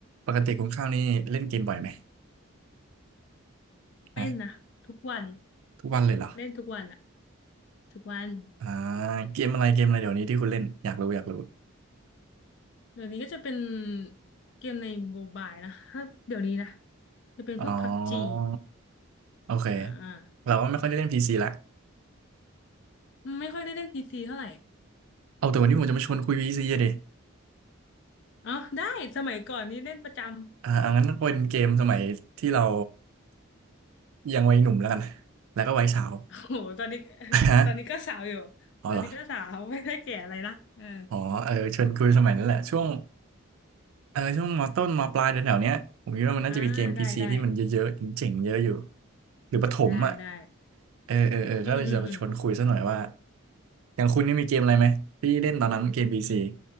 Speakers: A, on the right (about 80°); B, on the left (about 55°).
A: ปกติคุณข้าวนี่เล่นเกมบ่อยไหม
B: เป็นนะทุกวัน
A: ฮะทุกวันเลยเหรอ
B: เล่นทุกวันอะทุกวัน
A: อ่าเกมอะไรเกมอะไรเดี๋ยวนี้ที่คุณเล่นอยากรู้อยากรู้
B: เดี๋ยวนี้ก็จะเป็นเกมในโมบายนะถ้าเดี๋ยวนี้นะจะเป็นพวกพับจี
A: อ๋อโอเค
B: อ่า
A: เราก็ไม่ค่อยได้เล่นพีซีละ
B: ไม่ค่อยได้เล่นพีซีเท่าไหร่
A: เอาแต่วันนี้ผมจะมาชวนคุยพีซีดิ
B: อ๋อได้สมัยก่อนนี่เล่นประจำ
A: อ่าอ่างั้นก็เป็นเกมสมัยที่เรายังวัยหนุ่มแล้วกันแล้วก็วัยสาว
B: โอ้โหตอนนี้ <laughs>
A: <laughs> ฮะ
B: ตอนนี้ก็สาวอยู่
A: อ๋อเหรอ
B: ตอนนี้ก็สาวไม่ได้แก่อะไรนะเออ
A: อ๋อเออชวนคุยสมัยนั้นแหละช่วงเออช่วงมต้นมปลายแถวๆเนี้ยผมคิดว่ามันน่าจะมีเกมพีซีที่มันเยอะๆจริงๆเยอะอยู่
B: อ่าได้ได้
A: หรือประถมอ่ะ
B: ได้ได้
A: เออเออเออก็เลยจะมาชวนคุยซะหน่อยว่า
B: อืมอืมอืม
A: อย่างคุณนี่มีเกมอะไรไหมที่เล่นตอนนั้นเกมพีซี